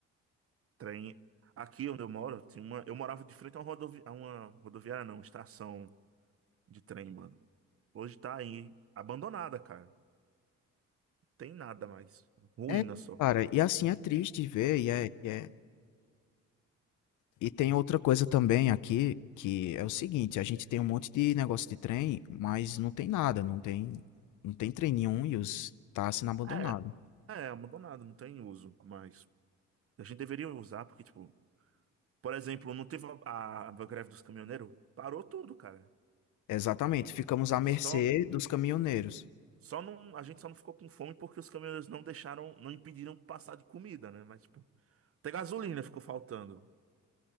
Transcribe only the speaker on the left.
É,
cara, e assim é triste ver, e é, e é... E tem outra coisa também aqui, que é o seguinte, a gente tem um monte de negócio de trem, mas não tem nada, não tem, não tem trem nenhum e os tá sendo abandonado.
Exatamente, ficamos à mercê
dos caminhoneiros.